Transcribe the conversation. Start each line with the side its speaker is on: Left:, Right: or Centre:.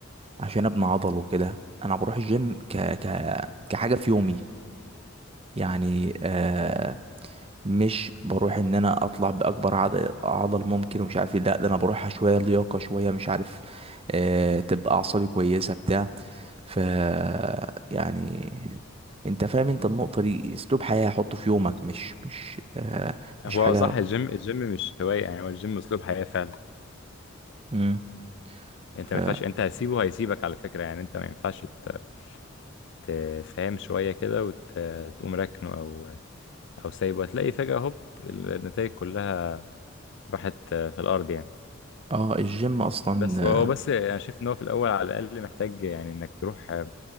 Right: عشان أبني عضل وكده أنا بروح الجيم ك... ك... كحاجة في يومي يعني آه مش بروح ان انا اطلع باكبر عضل, عضل ممكن ومش عارف ايه لا ده انا بروحها شويه لياقه شويه مش عارف آه تبقى اعصابي كويسه بتاع ف يعني انت فاهم انت النقطه دي اسلوب حياه حطه في يومك مش مش آه
Left: هو
Right: مش حاجه
Left: صح الجيم الجيم مش هوايه يعني هو الجيم اسلوب حياه فعلا
Right: امم
Left: انت
Right: ف
Left: ما ينفعش انت هتسيبه هيسيبك على فكره يعني انت ما ينفعش ت- تفهم شويه كده وتقوم راكنه او او سايبه هتلاقي فجاه هوب النتائج كلها راحت في الارض يعني
Right: اه الجيم اصلا
Left: بس هو هو
Right: آه،
Left: بس انا شايف ان هو في الاول على الاقل محتاج يعني انك تروح